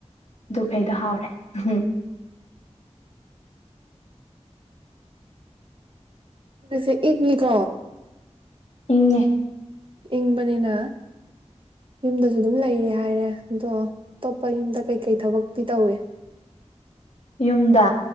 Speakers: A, on the left; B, on the right.
A: ꯑꯗꯨ ꯀꯩꯗꯣ ꯍꯥꯎꯔꯦ ꯎꯝ
B: ꯁꯦ ꯏꯪꯅꯤꯀꯣ
A: ꯏꯪꯉꯤ
B: ꯏꯪꯕꯅꯤꯅ ꯌꯨꯝꯗꯁꯨ ꯑꯗꯨꯝ ꯂꯩꯔꯦ ꯍꯥꯏꯔꯦ ꯑꯗꯣ ꯑꯇꯣꯞꯄ ꯌꯨꯝꯗ ꯀꯩꯀꯩ ꯊꯕꯛꯇꯤ ꯇꯧꯏ
A: ꯌꯨꯝꯗ